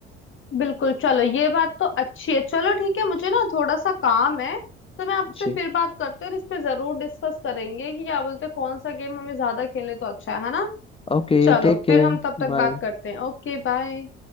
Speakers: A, on the left; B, on the left.
A: बिल्कुल चलो ये बात तो अच्छी है चलो ठीक है मुझे ना थोड़ा सा काम है तो मैं आपसे
B: जी
A: फिर बात करते हैं और इस पे जरूर डिस्कस करेंगे कि क्या बोलते हैं कौन सा गेम हमें ज्यादा खेले तो अच्छा है है ना
B: ओके
A: चलो
B: टेक केयर
A: फिर हम तब तक
B: बाय
A: बात करते हैं ओके बाय